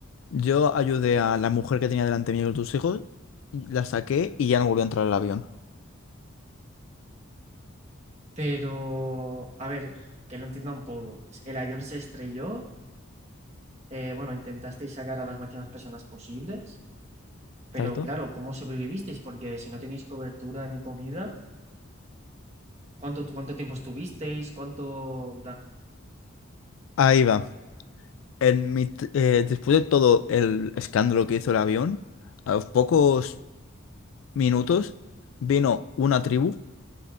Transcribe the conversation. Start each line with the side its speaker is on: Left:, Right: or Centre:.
Left: Yo ayudé a la mujer que tenía delante mío con tus hijos, y la saqué y ya no volvió a entrar al avión.
Right: Pero, a ver, que lo entienda un poco. El avión se estrelló, eh, bueno, intentasteis sacar a las máximas personas posibles, pero
Left: ¿Cierto?
Right: claro, ¿cómo sobrevivisteis? Porque si no tenéis cobertura ni comida, ¿cuánto, cuánto tiempo estuvisteis? ¿Cuánto, en plan,
Left: Ahí va. En mi t- eh, después de todo el escándalo que hizo el avión, a los pocos minutos vino una tribu